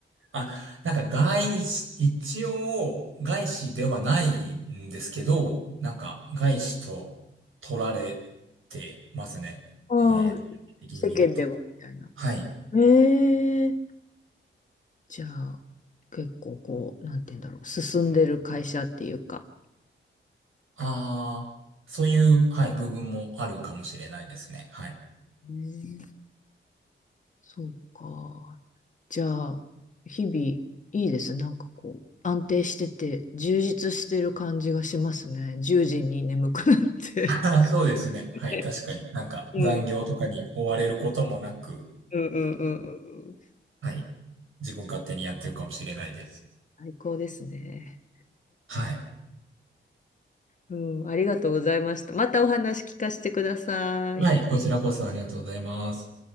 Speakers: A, on the right; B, on the left.
A: あ、なんか外資、一応外資ではないんですけど、なんか外資と取られてますね。
B: ああ、
A: えー、的に見ると。
B: 世間ではみたいな。
A: はい。
B: ええ。じゃあ、結構こう、なんて言うんだろう。進んでる会社っていうか。
A: ああ、そういう、はい、部分もあるかもしれないですね。はい。
B: うんそうか。じゃあ、日々いいですなんかこう、安定してて、充実してる感じがしますね。10時に眠くなって。
A: <laughs> あーそうですね。はい、
B: <laughs>
A: 確かに。なんか残業とかに追われることもなく、
B: うん、うん、うん、うんうん。
A: はい。自分勝手にやってるかもしれないです。
B: 最高ですね。
A: はい。
B: うん、ありがとうございました。またお話聞かせてください。
A: はい、こちらこそありがとうございます。